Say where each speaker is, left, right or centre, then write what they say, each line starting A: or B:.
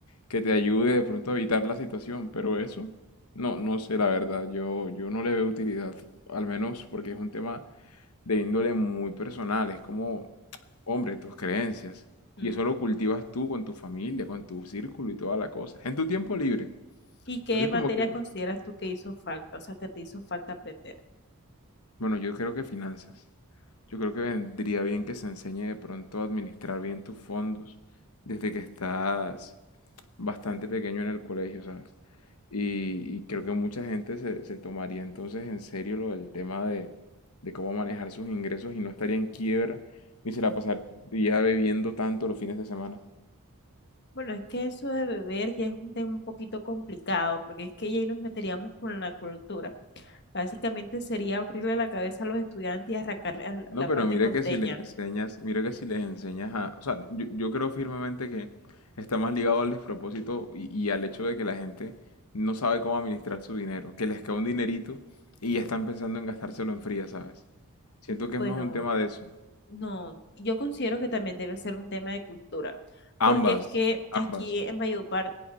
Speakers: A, on the left; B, on the left.
A: que te ayude de pronto a evitar la situación, pero eso, no, no sé, la verdad, yo, yo no le veo utilidad, al menos porque es un tema de índole muy personal. Es como, hombre, tus creencias.
B: Mm.
A: Y eso lo cultivas tú con tu familia, con tu círculo y toda la cosa. En tu tiempo libre.
B: ¿Y qué
A: Entonces,
B: materia
A: como que,
B: consideras tú que hizo falta, o sea, que te hizo falta aprender?
A: bueno, yo creo que finanzas. Yo creo que vendría bien que se enseñe de pronto a administrar bien tus fondos desde que estás bastante pequeño en el colegio, ¿sabes? Y, y creo que mucha gente se, se tomaría entonces en serio lo del tema de, de cómo manejar sus ingresos y no estaría en quiebra ni se la pasaría bebiendo tanto los fines de semana.
B: Bueno, es que eso de beber ya es un tema un poquito complicado, porque es que ya ahí nos meteríamos con la cultura. Básicamente sería abrirle la cabeza a los estudiantes y arrancarle a
A: No,
B: la
A: pero
B: parte
A: mira
B: costeña.
A: que si les enseñas, mira que si les enseñas a, o sea, yo, yo creo firmemente que está más ligado al despropósito y, y al hecho de que la gente no sabe cómo administrar su dinero, que les cae un dinerito y ya están pensando en gastárselo en fría, ¿sabes? Siento que
B: Bueno,
A: es más un tema de eso.
B: no, yo considero que también debe ser un tema de cultura,
A: Ambas,
B: porque es que
A: ambas.
B: aquí en Valledupar,